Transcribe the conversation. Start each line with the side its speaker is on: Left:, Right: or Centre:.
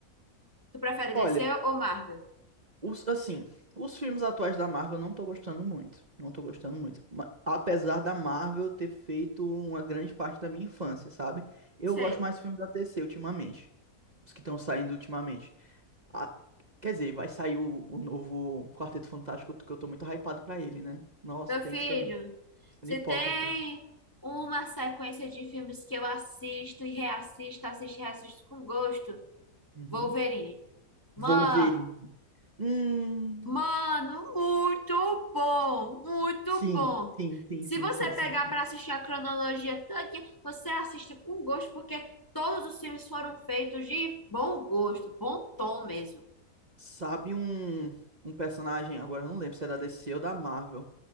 Left: Tu prefere DC
Right: Olha,
Left: ou Marvel?
Right: Os, assim, os filmes atuais da Marvel eu não tô gostando muito. Não tô gostando muito. Ma- apesar da Marvel ter feito uma grande parte da minha infância, sabe? Eu
Left: Sei.
Right: gosto mais dos filmes da T C ultimamente. Os que estão saindo ultimamente. Ah, quer dizer, vai sair o, o novo Quarteto Fantástico, que eu tô muito hypado pra ele, né? Nossa,
Left: Meu
Right: tem
Left: filho,
Right: isso também. Sendo
Left: se
Right: hipócrita.
Left: tem uma sequência de filmes que eu assisto e reassisto, assisto e reassisto com gosto,
Right: Uhum.
Left: Wolverine. Mano,
Right: Wolverine. Hum.
Left: Mano, muito bom, muito
Right: Sim,
Left: bom.
Right: sim, sim,
Left: Se
Right: sim,
Left: você
Right: sim,
Left: pegar
Right: sim. sim.
Left: para assistir a cronologia toda, você assiste com gosto, porque todos os filmes foram feitos de bom gosto, bom tom mesmo.
Right: Sabe um, um personagem, agora eu não lembro se é da DC ou da Marvel.